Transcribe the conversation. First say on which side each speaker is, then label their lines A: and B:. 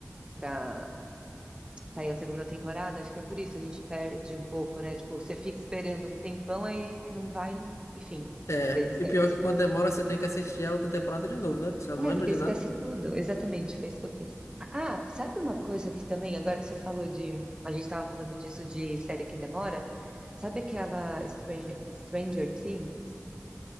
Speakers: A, on the right; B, on the left.
A: pra sair a segunda temporada. Acho que é por isso, a gente perde um pouco, né? Tipo, você fica esperando um tempão, aí não vai, não... enfim,
B: É,
A: você esquece.
B: e pior que quando demora você tem que assistir a outra temporada de novo, né? Porque Você
A: É,
B: não lembra
A: porque
B: de
A: esquece
B: nada.
A: tudo. Exatamente, foi isso que eu fiz. Ah, sabe uma coisa que também, agora que você falou de. A gente estava falando disso de série que demora. Sabe aquela Stranger, Stranger Things?